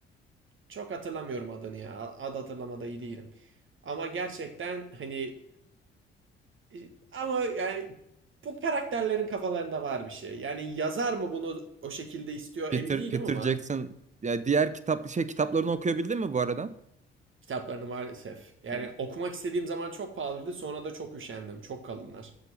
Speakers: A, on the right; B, on the right.
A: Çok hatırlamıyorum adını ya. Ad hatırlamada iyi değilim. Ama gerçekten hani e, ama yani bu karakterlerin kafalarında var bir şey. Yani yazar mı bunu o şekilde istiyor
B: Peter
A: emin değilim
B: Peter
A: ama
B: Jackson ya diğer kitap şey kitaplarını okuyabildin mi bu arada?
A: kitaplarını maalesef. Yani
B: Hı hı.
A: okumak istediğim zaman çok pahalıydı. Sonra da çok üşendim. Çok kalınlar.